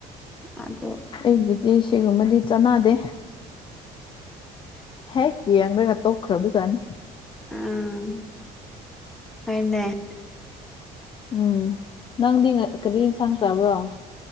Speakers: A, in the centre; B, on the left.
A: ꯑꯗꯨ
B: ꯑꯩꯒꯤꯗꯤ ꯁꯤꯒꯨꯝꯕꯗꯤ ꯆꯥꯟꯅꯗꯦ ꯍꯦꯛ ꯌꯦꯡꯔꯒ ꯇꯣꯛꯈ꯭ꯔꯕꯖꯥꯠꯅꯤ
A: ꯎꯝ ꯍꯣꯏꯅꯦ
B: ꯎꯝ ꯅꯪꯗꯤ ꯀꯔꯤ ꯌꯦꯟꯁꯥꯡ ꯆꯥꯕ꯭ꯔꯣ